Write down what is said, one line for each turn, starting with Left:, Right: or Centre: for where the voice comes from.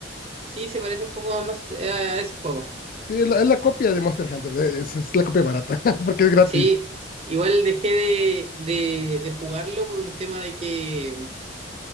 Right: Sí, se parece un poco más eh, a ese juego.
Left: Sí, es la, es la copia de Monster Hunter. Es, es la copia barata <laughs> porque es gratis.
Right: Sí, igual dejé de, de, de jugarlo por un tema de que